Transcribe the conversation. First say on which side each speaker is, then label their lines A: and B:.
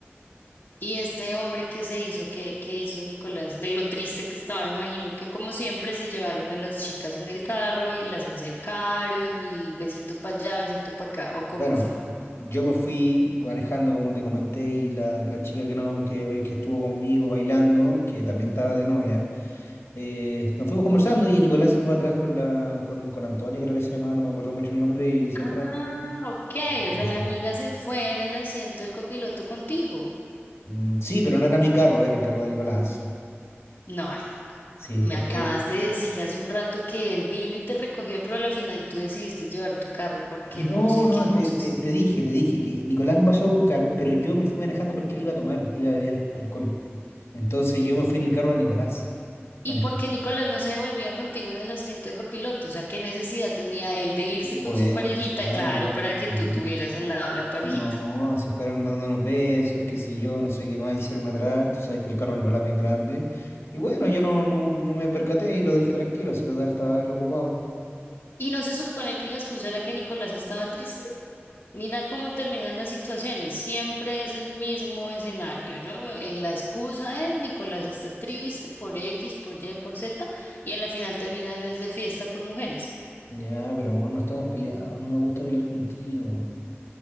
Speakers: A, on the left; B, on the left.
A: Y este hombre que se hizo, que, que hizo Nicolás, de lo triste que estaba, me imagino que como siempre se llevaron a las chicas en el carro y las acercaron y besito para allá, besito para acá, ¿o cómo
B: Bueno,
A: fue?
B: yo me fui manejando, como te comenté, y la, la chica que no, que, que estuvo conmigo bailando, que también estaba de novia, eh, nos fuimos conversando y Nicolás se fue atrás con la, con, con Antonia, creo que se llamaba, no me acuerdo mucho el nombre, y se
A: Ah,
B: fueron
A: ok,
B: se fueron
A: o sea,
B: besando.
A: la amiga se fue en el asiento del copiloto contigo.
B: Mm, Sí, pero no era mi carro, era el carro de Nicolás.
A: No, ay,
B: Sí,
A: me
B: porque.
A: acabas de decir hace un rato que él vino y te recogió, pero a la final tú decidiste llevar tu carro porque
B: No,
A: no sé
B: no,
A: qué
B: te,
A: cosas.
B: te, te dije, te dije que Nicolás me pasó a buscar, pero yo me fui manejando porque él iba a tomar, iba a beber alcohol. Entonces yo me fui en el carro de Nicolás manejando.
A: ¿Y por qué Nicolás no se devolvía contigo en el asiento de copiloto? O sea, ¿qué necesidad tenía él de irse
B: Bueno,
A: con su parejita?
B: ojalá,
A: Claro, para que
B: sí.
A: tú tuvieras al lado la parejita.
B: No, se fueron dando unos besos, qué sé yo, no sé qué más hicieron atrás. Tú sabes que el carro de Nicolás es bien grande. Y bueno, yo no, no, no me percaté y lo dejé tranquilo, si total estaba él ocupado.
A: ¿Y no se supone que la excusa era que Nicolás estaba triste? Mira cómo terminan las situaciones. Siempre es el mismo escenario, ¿no? Eh, La excusa es Nicolás está triste por X, por Y, por Z, y a la final terminan es de fiesta con mujeres.
B: Ya, pero amor, no estamos peleados, no me gusta pelear contigo.